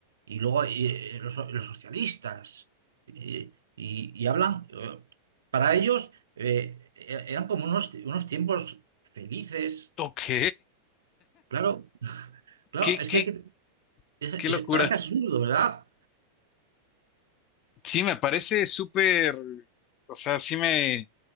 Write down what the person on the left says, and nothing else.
Ok.
Qué,
qué,
qué
locura.
Sí, me parece súper, o sea, sí me,